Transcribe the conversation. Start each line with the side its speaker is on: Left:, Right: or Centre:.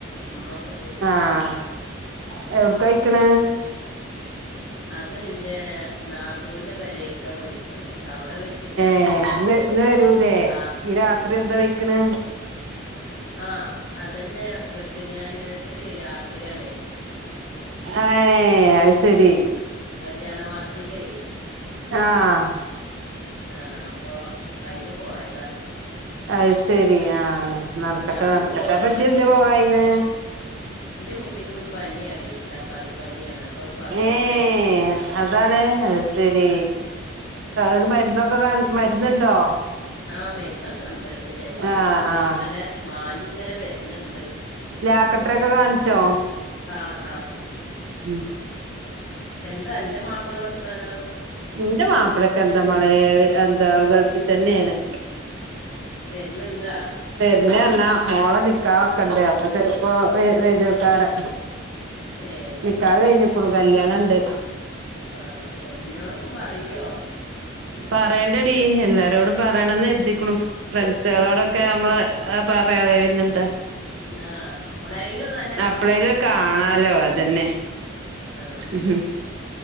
Left: ഉമ്മക്കെ
Right: ആഹ് എവിടെക്കാ കഴിക്കണ
Left: അത് ന്റെ നാത്തൂന്റെ പേരെക്കെ പൊയിക്കണ് അവിടെ വെച്ചിട്ടാണ്
Right: ഏഹ്
Left: പരിപാടി
Right: ഇന്ന് ഇന്ന് വരൂലേ
Left: ആ
Right: ഈ രാത്രി എന്താ വയ്ക്കണ്
Left: ആഹ് അതന്നെ വെഡ്ഡിങ് ആനിവേഴ്സറി രാത്രി ആണേ
Right: ഏഹ് അയ്ശരി
Left: കല്യാണ വാർഷികേ
Right: ആഹ്
Left: ആഹ് അപ്പൊ അയ്ന് പോയതാ
Right: അത് ശെരി ആഹ് നടക്കട്ടെ
Left: ഞാൻ
Right: നടക്കട്ടെ
Left: ചോറൊക്കെ
Right: അപ്പ ജ്ജ് എന്ത് പോകായിന്ന്
Left: ന്റെ കുട്ടിക്ക് പനിയാഡീ തക്കാളി പനിയാണ് അപ്പൊ അത് പകരണല്ലേ
Right: ഏഹ്
Left: അപ്പൊ ഞാൻ
Right: അതാണ് അഅ് സരി
Left: ആ
Right: ഇഹ് മരുന്നൊക്കെ കാ മരുന്നുണ്ടോ
Left: ആഹ് മരുന്നൊക്കെ ഉണ്ട് തേച്ച് കൊടുക്ക്ണ്ട്
Right: ആഹ് ആഹ്
Left: ഇപ്പ ഇങ്ങനെ മാഞ്ഞിങ്ങനെ വരണണ്ട്
Right: ലാക്കട്ടൊറെക്കെ കാണിച്ചോ
Left: ആഹ് ആഹ്
Right: ഉം
Left: എന്താ അന്റെ മാപ്പിള വർത്താനാ
Right: ന്റെ മാപ്പൾക്കെന്താ മളെ എന്താ ഗൾഫി തന്നെയാണ്
Left: വരണണ്ടാ
Right: വെരുന്ന എണ്ണാ മോളെ നിക്കാഹൊക്കെണ്ട് അപ്പൊ ചെലപ്പോ വ വേരുവക്കാരം
Left: ഏഹ്
Right: ക്കാഹ് കഴിഞ്ഞിക്കുണു കല്യാണണ്ട്
Left: ആഹ് എന്നോടൊക്കെ പറയോ
Right: പറയണ്ടടി എല്ലാരോടും പറയണന്ന് എരുതി ക്ക്ണു ഫ്രണ്ട്സുകളോടൊക്കെ നമ്മള് പറയാറേ പിന്നെന്താ
Left: എന്നാ അപ്പോളെങ്കിലു ഒന്നന
Right: അപ്പളെലു കാണാലോ അതന്നെ
Left: ആ
Right: ഉം